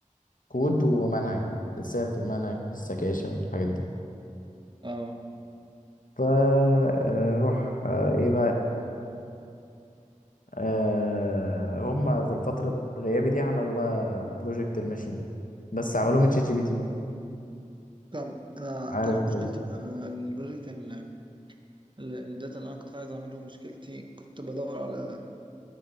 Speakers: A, on the left; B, on the right.
A: كود ومنهج تتسأل في المنهج في السكاشن في الحاجات دي
B: اه
A: فروح ايه بقى آه هم في الفترة غيابي دي عملوا بقى بروجكت الماشين بس عملوه من شات جي بي تي
B: طب انا
A: عارف
B: انت عارف مشكلتي
A: ال-
B: مع البروجكت ال- ال- الداتا اللي انا كنت عايز اعمله مشكلتي كنت بدور على